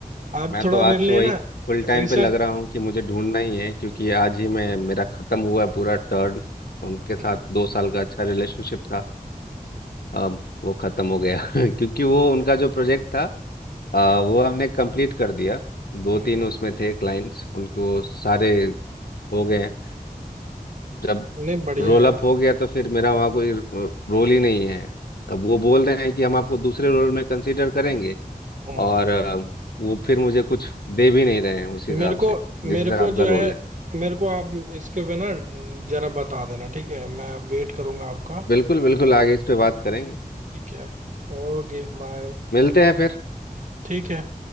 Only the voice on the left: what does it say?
मैं
तो आज
से वही
फुल टाइम
पे लग रहा हूँ कि मुझे ढूंढना ही है क्योंकि आज ही मैं मेरा खत्म हुआ है पूरा टर्न उनके साथ
दो साल का अच्छा रिलेशनशिप था अब वो खत्म हो गया <laughs> क्योंकि वो उनका जो प्रोजेक्ट था आ, वो हमने कंप्लीट कर दिया दो
तीन
उसमें थे क्लाइंट्स उनको सारे हो गए हैं जब
रोल
अप हो गया तो फिर मेरा वहाँ कोई रोल ही नहीं है अब वो बोल रहे हैं कि हम आपको दूसरे रोल में कंसीडर करेंगे
और अ, वो फिर मुझे कुछ दे भी नहीं रहे हैं उस हिसाब
से
जिस
हिसाब
का
रोल
है
बिल्कुल बिल्कुल आगे इस पे बात करेंगे
मिलते हैं फिर